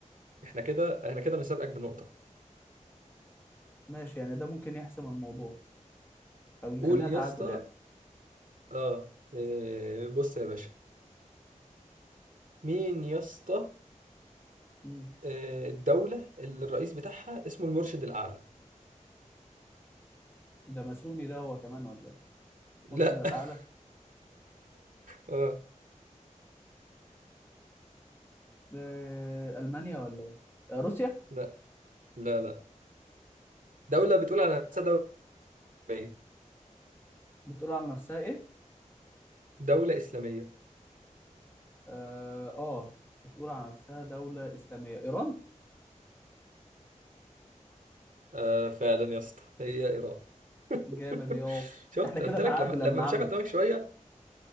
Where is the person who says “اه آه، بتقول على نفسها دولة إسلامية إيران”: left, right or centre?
Left